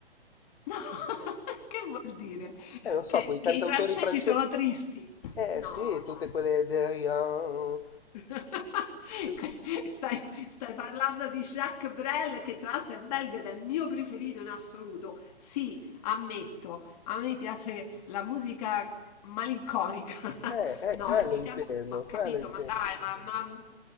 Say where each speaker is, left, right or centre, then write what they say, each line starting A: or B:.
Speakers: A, on the left (about 40°); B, on the left (about 65°).
A: No, <laughs> che vuol dire?
B: Eh, non so,
A: Che,
B: quei cantautori
A: che i francesi
B: francesi.
A: sono tristi.
B: Eh
A: No,
B: sì, tutte
A: no.
B: quelle derivan.
A: <laughs>
B: Eh,
A: Stai stai parlando di Jacques Brel che tra l'altro è belga ed è il mio preferito in assoluto. Sì, ammetto, a me piace la musica malinconica. <laughs>
B: eh, eh,
A: No,
B: quello
A: i
B: intendo,
A: can- ho capito,
B: quello intendo.
A: ma dai, ma, ma-